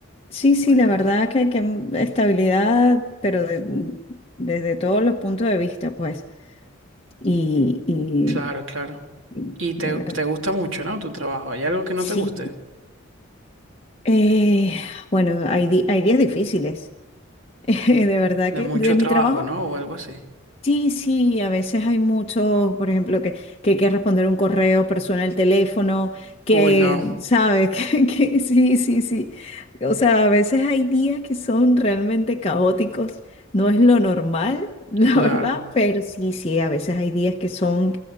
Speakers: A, on the left (about 30°); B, on the right (about 70°).
A: sí, sí,
B: pues,
A: la verdad que, que estabilidad, pero de- desde todos los puntos de vista, pues. Y, y,
B: claro, claro.
A: y
B: Y te,
A: la verdad.
B: te gusta mucho, ¿no? Tu trabajo. ¿Hay algo que no
A: Sí.
B: te guste?
A: Eh, bueno, hay, di- hay días difíciles, <laughs> de verdad
B: De
A: que
B: mucho
A: de mi
B: trabajo,
A: trabajo.
B: ¿no? O algo así.
A: Sí, sí, a veces hay muchos, por ejemplo, que, que hay que responder un correo, persona el teléfono, que,
B: Uy, no,
A: ¿sabes? <laughs> Que, que sí, sí, sí. O sea, a veces hay días que son realmente caóticos, no es lo normal, <laughs> la
B: claro.
A: verdad, pero sí, sí, a veces hay días que son,